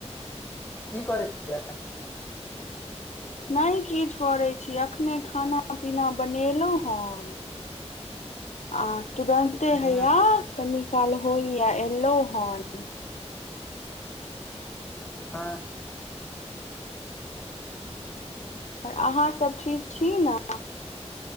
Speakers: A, on the left; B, on the left.
A: कि करै छियै
B: नहि किछु करै छी अखने खाना पीना बनेलौ हन आ तुरंते
A: हँ
B: हया कनी काल होय एलो हन
A: हँ
B: र अहाँसभ ठीक छी न